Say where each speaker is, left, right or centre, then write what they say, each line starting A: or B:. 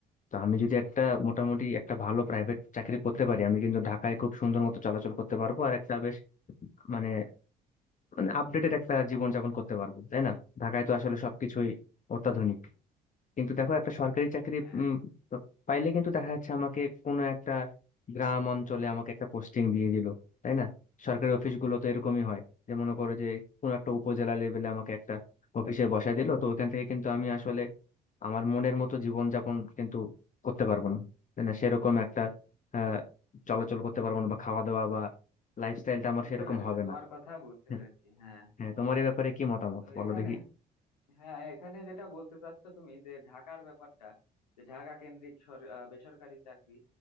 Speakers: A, on the left; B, on the left.
A: তো আমি যদি একটা মোটামুটি একটা ভালো প্রাইভেট চাকরি করতে পারি আমি কিন্তু ঢাকায় খুব সুন্দর মতো চলাচল করতে পারবো আর একটা বেশ মানে মানে আপডেটেড একটা জীবনযাপন করতে পারবো তাই না ঢাকায় তো আসলে সবকিছুই অত্যাধুনিক কিন্তু দেখো একটা সরকারি চাকরি
B: হ্যাঁ
A: উম, তো পাইলে কিন্তু দেখা যাচ্ছে আমাকে কোনো একটা গ্রাম অঞ্চলে আমাকে একটা পোস্টিং দিয়ে দিল তাই না সরকারি অফিসগুলো তো এরকমই হয় যে মনে করো যে কোনো একটা উপজেলা লেভেলে আমাকে একটা অফিসে বসায় দিল তো ওইখান থেকে কিন্তু আমি আসলে আমার মনের মতো জীবনযাপন কিন্তু করতে পারবো না তাই না সেরকম একটা আহ চলাচল করতে পারবো না বা খাওয়া দাওয়া বা লাইফস্টাইলটা আমার
B: বুঝতে
A: সেরকম
B: পেরেছি
A: হবে
B: তোমার
A: না
B: কথা বুঝতে
A: হ্যাঁ
B: পেরেছি হ্যাঁ
A: হ্যাঁ, তোমার এই ব্যাপারে কি মতামত
B: তো
A: বলো
B: এখানে
A: দেখি
B: হ্যাঁ এখানে যেটা বলতে চাচ্ছ তুমি যে ঢাকার ব্যাপারটা যে ঢাকা কেন্দ্রিক সর- আহ, বেসরকারি চাকরি